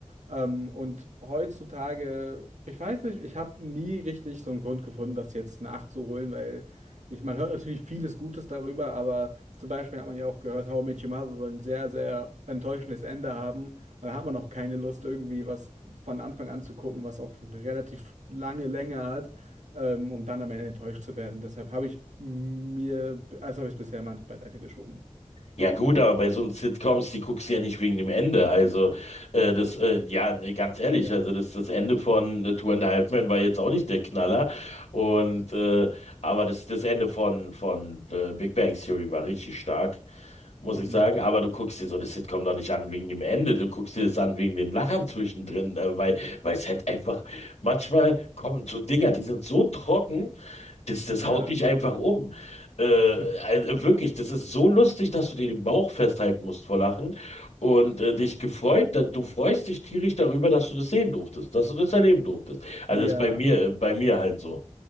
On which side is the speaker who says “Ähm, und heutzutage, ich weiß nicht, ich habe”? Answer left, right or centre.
Right